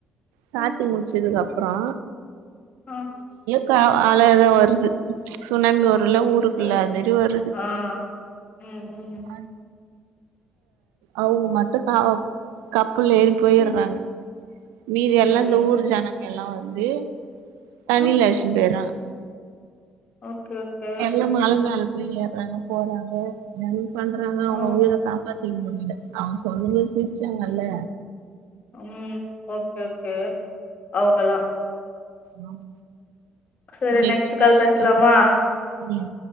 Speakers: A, on the right; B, on the left.
A: சாத்தி
B: ம்
A: முடிச்சதுக்கு அப் பறோ
B: ஆ
A: க அலைலா வருது சுனாமி வருல்ல
B: ஓகே
A: ஊருக்குல்ல
B: ஓகே
A: அது மேரி வருது
B: ஆ ம் ம்
A: அந்த அவுங்க மட்டும் கானோ கப்பல்ல ஏறி போய்றாங்க
B: ம்
A: மீதி
B: ம்
A: எல்லாம் இந்த ஊர்
B: ம்
A: ஜனங்கள் எல்லாம் வந்து தண்ணில
B: ம்
A: அடிச்சிட்டு போய்றாங்க
B: ஓகே ஓகே
A: எல்லாம் மல மேல போய் ஏறாங்க போறாங்க என்னன பண்றாங்க அவங்க
B: ஆ
A: உயிர காப்பாத் செய் முடில அவன் சொல்லவே சிரிச்சாங்கல்ல
B: ம் ஓகே ஓகே அவுங்களாம்
A: ஆம்
B: சரி
A: நெஸ்ட்
B: நெக்ஸ்ட்
A: கால்ல
B: கால் பேசலாமா
A: பேசரே ம்